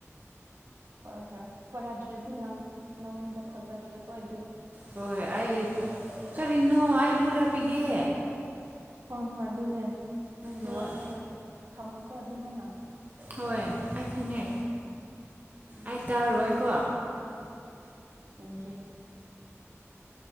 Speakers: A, on the right; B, on the right.
A: ꯍꯣꯏ ꯍꯣꯏ ꯄꯨꯔꯥꯗ꯭ꯔꯗꯤ ꯅꯪ ꯅꯪꯉꯣꯟꯗ ꯊꯥꯖꯗ꯭ꯔꯦꯀꯣ ꯑꯗꯨꯗ
B: ꯍꯣꯏ ꯑꯩ ꯀꯔꯤꯅꯣ ꯑꯩ ꯄꯨꯔꯛꯄꯤꯒꯦ
A: ꯍꯣꯏ ꯍꯣꯏ ꯑꯗꯨꯅꯦ ꯅꯪꯒꯤ
B: ꯍꯣꯏ
A: ꯋꯥꯈꯜꯗꯣ ꯊꯝꯃꯨꯀꯣ ꯑꯗꯨꯃꯥꯏꯅ
B: ꯍꯣꯏ ꯑꯩ ꯈꯪꯉꯦ
A: ꯎꯝ
B: ꯑꯩ ꯀꯥꯔꯣꯏꯀꯣ
A: ꯌꯦꯦꯡꯒꯤꯦ